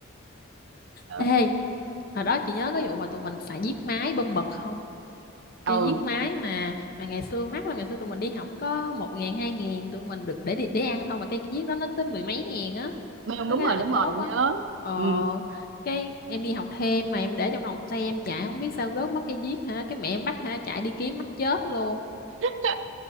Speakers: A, on the right (about 65°); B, on the left (about 45°).
A: ừ
B: ê hồi đó chị nhớ cái vụ mà tụi mình xài viết máy bơm mật không
A: Ừ,
B: cái viết máy mà mà ngày xưa mắc lắm ngày xưa tụi mình đi học có một ngàn hai ngàn tụi mình được để đi- để ăn thôi mà cái viết đó nó tới mười mấy ngàn á
A: bê-
B: có
A: đúng
B: cái
A: rồi
B: lợi
A: đúng
B: tốt
A: rồi nhớ
B: á ờ
A: ừ
B: cái em đi học thêm mà em để trong lòng xe em chạy không biết sao gớt mất cây viết hả cái mẹ em bắt hả chạy đi kiếm mắc chết luôn
A: <laughs>